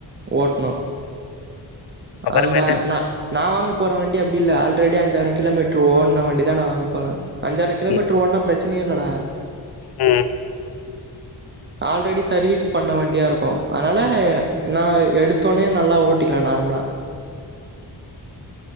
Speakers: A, on the right (about 25°); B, on the left (about 60°).
A: ஓட்னு
B: அப்புறமேட்டு
A: அந்தா ந நா வாங்க போற வண்டி அப்டில்ல ஆல்ரெடி அஞ்சாயிரொ கிலோமீட்ரு ஓட்ன வண்டி தா நா வாங்க போற அஞ்சாயிர கிலோமீட்ரு
B: ம்
A: ஓட்னா பிரச்சனயே இல்லடா
B: ம்
A: ஆல்ரெடி சர்வீஸ் பண்ண வண்டியாருக்கு அனால நா எடுத்தோனே நல்லா ஓட்டிக்கலா நார்மலா